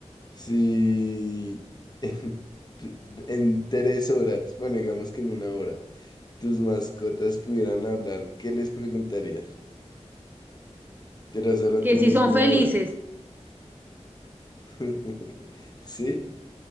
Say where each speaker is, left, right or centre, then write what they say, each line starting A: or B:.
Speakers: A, on the left; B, on the right.
A: Si en, <laughs> en tres horas, bueno, digamos que en una hora, tus mascotas pudieran hablar, ¿qué les preguntarías? Pero solo
B: que
A: tienes
B: si son
A: una
B: felices,
A: hora. <laughs> ¿Sí?